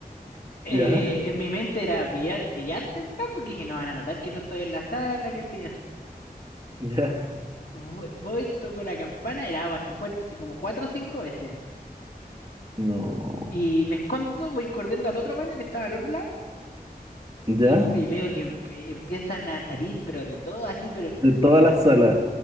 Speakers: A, on the left; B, on the right.
A: Eh,
B: ¿Ya?
A: en mi mente era brilla- brillante el plan, porque dije, no van a notar que no estoy en la sala, que sí.
B: ¿Ya?
A: vo- voy, toco la campana y la hago así fuerte, así como cuatro o cinco veces.
B: No.
A: Y me escondo, voy corriendo al otro baño que estaba al otro lado
B: ¿Ya?
A: y, em- y veo que em- empiezan a salir, pero de todo así, pero
B: De todas las salas.